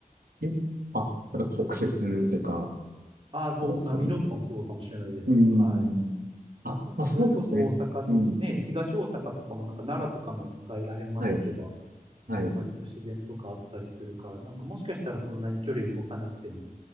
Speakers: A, on the right (about 80°); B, on the right (about 35°).
A: えあ、だから北節とか、
B: ああ、そう、
A: そうですかね。
B: まあ、美濃とかもそうかもしれないですけど、
A: うん。
B: はい。
A: あ、
B: なんかそれこそ大阪のね、
A: まあそうですね。うん。
B: 東大阪とかもなんか奈良とかの境ら辺まで行けば、
A: はい。はい。
B: 割と自然とかあったりするから、なんかもしかしたらそんなに距離動かなくても、